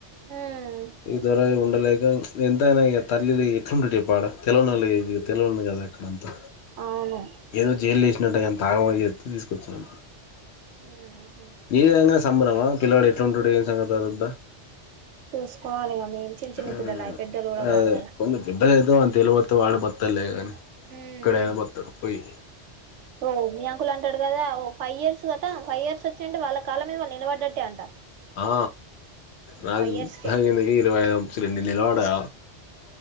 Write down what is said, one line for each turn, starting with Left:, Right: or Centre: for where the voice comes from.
Right: మ్మ్
Left: ఇద్దరు ఉండలేక ఎంతైనా ఈగ తల్లిది ఎట్లు తెలవనోలు ఇగ తెలవదు కదా అక్కడంతా
Right: అవును
Left: ఏదో జైలు వేసినంటై నేను తాగమ అని చెప్తే తీసుకొచ్చారు
Right: మ్మ్
Left: ఈ విధంగా సంబరమా పిల్లడు ఎట్లుంటాడు ఏం సంగతద్దా
Right: చూసుకోవాలి ఇగ మేం చిన్న చిన్న
Left: ఉమ్
Right: పిల్లలు పెద్దోళ్ళు కూడా
Left: అదే
Right: కాదు
Left: బంధుత్వం
Right: కదా
Left: కొంత పెద్దగా అయితే ఇ పోతే వాడు బతలే కాని
Right: మ్మ్
Left: ఎక్కడైనా బతాడు పోయి
Right: ఓ మీ అంకుల్ అంటాడు కదా ఫైవ్ ఇయర్స్ కదా ఫైవ్ ఇయర్స్ వచ్చి అంటే వాళ్ళ కాళ్ళ మీద వాళ్ళు నిలబడ్డట్టే అంట
Left: ఆ నాకు
Right: ఫైవ్ ఇయర్స్కే
Left: నాకిందికీ ఇరవై ఐదుచ్చి నీలవాడా